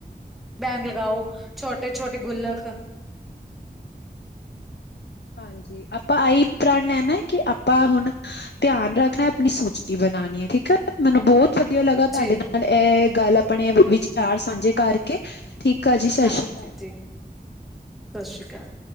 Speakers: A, in the centre; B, on the left (about 90°).
A: ਬੈਂਗ ਲਗਾਓ ਛੋਟੇ ਛੋਟੇ ਗੁੱਲਕ
B: ਹਾਂਜੀ ਆਪਾਂ ਇਹੀ ਪ੍ਰਾਨ ਲੈਨੈ ਕਿ ਆਪਾਂ ਹੁਨ ਧਿਆਨ ਰੱਖਣਾ ਆਪਣੀ ਸੂਚੀ ਬਨਾਨ ਠੀਕ ਆ ਮੈਨੂੰ ਬਹੋਤ ਵਧੀਆ ਲੱਗਾ ਤੁਹਾਡੇ
A: ਜੀ
B: ਨਾਲ ਇਹ ਗੱਲ ਆਪਣੇ ਵਿਚਾਰ ਸਾਂਝੇ ਕਰਕੇ ਠੀਕ ਆ ਜੀ ਸਤਿ
A: ਹਾਂਜੀ
B: ਸ਼੍ਰੀ ਅਕਾਲ।
A: ਜੀ ਸਤਿ ਸ਼੍ਰੀ ਕਾਲ